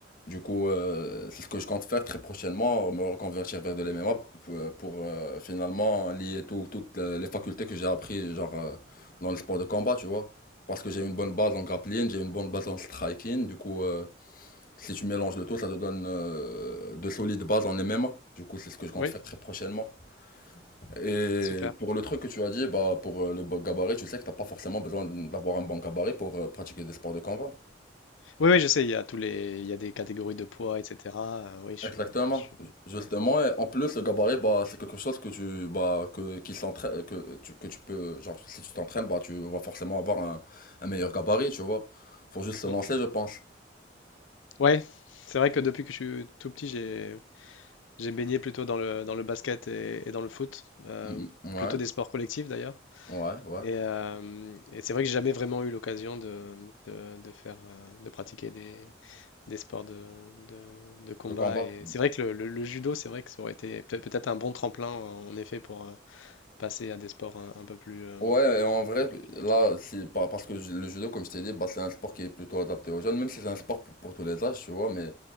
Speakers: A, on the left; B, on the left.
A: Du coup, euh, c'est ce que je compte faire très prochainement, me reconvertir vers de l'MMA pour, euh, pour, euh, finalement lier tout- toutes les facultés que j'ai appris genre euh, dans le sport de combat, tu vois. Parce que j'ai une bonne base en grappling, j'ai une bonne base en striking. Du coup, euh, si tu mélanges le tout, ça te donne euh, de solides bases en MMA. Du coup, c'est ce que je compte
B: oui,
A: faire très prochainement. Et
B: super.
A: pour le truc que tu as dit, bah, pour euh, le bon gabarit, tu sais que t'as pas forcément besoin d'avoir un bon gabarit pour euh, pratiquer des sports de combat.
B: Oui, oui, je sais, il y a tous les, il y a des catégories de poids, etc. euh, oui, je
A: Exactement.
B: suis, oui, je suis-
A: Justement,
B: ouais.
A: et en plus, le gabarit, bah, c'est quelque chose que tu, bah, que, qui s'entraîne, que tu, que tu peux, genre, si tu t'entraînes, bah, tu vas forcément avoir un, un meilleur gabarit, tu vois. Faut juste se
B: Mm.
A: lancer, je pense.
B: Ouais, c'est vrai que depuis que je suis tout petit, j'ai, j'ai baigné plutôt dans le, dans le basket et, et dans le foot, euh,
A: Mm, mm, Ouais,
B: plutôt des sports collectifs d'ailleurs.
A: ouais, ouais.
B: Et, euh, et c'est vrai que j'ai jamais vraiment eu l'occasion de, de, de faire, euh, de pratiquer des, des sports de, de, de combat.
A: De combat.
B: Et c'est vrai que le, le- le judo, c'est vrai que ça aurait été peut- peut-être un bon tremplin en effet pour euh, passer à des sports un, un peu plus, euh,
A: Ouais,
B: un
A: et en vrai,
B: peu plus physiques.
A: là, c'est pas parce que ju- le judo, comme je t'ai dit, bah, c'est un sport qui est plutôt adapté aux jeunes, même si c'est un sport pour, pour tous les âges, tu vois, mais